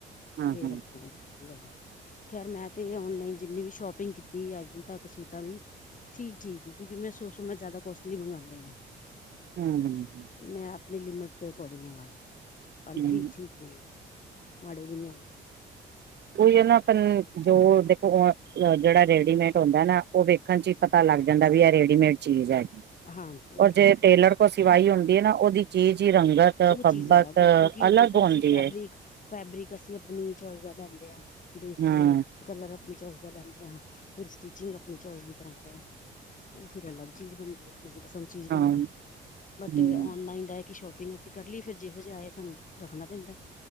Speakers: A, on the right (about 60°); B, on the left (about 40°).
A: ਹਾਂ
B: ਫੇਰ
A: ਹਾਂ
B: ਅੱਗੋਂ ਲਵੋ ਖੈਰ ਮੈਂ ਤੇ ਔਨਲਾਈਨ ਜਿੰਨੀ ਵੀ ਸ਼ੋਪਿੰਗ ਕੀਤੀ ਅੱਜ ਤੱਕ ਸੂਟਾਂ ਦੀ ਠੀਕ ਠੀਕ ਹੈ ਕਿਉਂਕਿ ਮੈਂ ਸੌ ਮੈਂ ਜ਼ਿਆਦਾ ਕੋਸਟਲੀ ਮੈੰ ਮੰਗਉਂਦਾ ਨੀ
A: ਹਮ ਹੂੰ
B: ਮੈਂ ਆਪਣੀ ਲਿਮਿਟ ਦੇ ਅਕੋਰਡਿੰਗ ਮੰਗਵਾਉਣੀ ਹਾਂ ਪਰ
A: ਹੂੰ
B: ਠੀਕ ਠੀਕ ਨੇ ਮਾੜੇ ਵੀ ਨਹੀਂ ਆਉਂਦੇ
A: ਉਈ ਨਾ ਆਪ ਜੋ ਦੇਖੋ ਜਿਹੜਾ ਰੇਡੀਮੇਡ ਹੁੰਦਾ ਨਾ ਉਹਦੇ ਹਾਂਜੀ ਪਤਾ ਲੱਗ ਜਾਂਦਾ ਵੀ ਇਹ ਰੇਡੀਮੇਡ ਚੀਜ਼ ਹੈਗੀ
B: ਹਾਂਜੀ ਉਹ
A: ਔਰ ਜੇ
B: ਤੇ ਹੈ
A: ਟੇਲਰ ਓਹਦੀ ਸਿਵਾਈ ਹੁੰਦੀ ਹੈ ਨਾ ਉਹਦੀ ਚੀਜ਼ ਹੀ ਰੰਗਤ
B: ਉਹ
A: ਫੱਬਤ
B: ਚੀਜ਼ ਅਲੱਗ ਹੈ ਕਿਉਂਕਿ ਉਹ
A: ਅਲੱਗ
B: ਦੇਖੋ
A: ਹੁੰਦੀ
B: ਅਸੀਂ ਫੈਬਰਿਕ
A: ਹੈ
B: ਫੈਬਰਿਕ ਅਸੀਂ ਆਪਣੀ ਚੋਇਸ ਦਾ ਲੈਂਦੇ ਹਾਂ ਦੇਖ
A: ਹਾਂ
B: ਕੇ ਕਲਰ ਆਪਣੀ ਚੋਇਸ ਦਾ ਲੈਂਦੇ ਹਾਂ, ਫਿਰ ਸਟਿਚਿੰਗ ਆਪਣੀ ਚੋਇਸ ਦੀ ਕਰਾਉਂਦੇ ਹਾਂ ਉਹ ਫਿਰ ਅਲੱਗ ਚੀਜ਼ ਬਣਦੀ ਹੈ ਮਨਪਸੰਦ ਚੀਜ਼ ਬਣਦੀ
A: ਹਾਂ
B: ਹੈ ਬਟ
A: ਹਮ
B: ਔਨਲਾਈਨ ਦਾ ਹੈ ਕਿ ਸ਼ੋਪਿੰਗ ਅਸੀਂ ਕਰ ਲਈਏ ਫੇਰ ਜਿਹੋ ਜਿਹਾ ਆਏ ਸਾਨੂੰ ਰੱਖਣਾ ਪੈਂਦਾ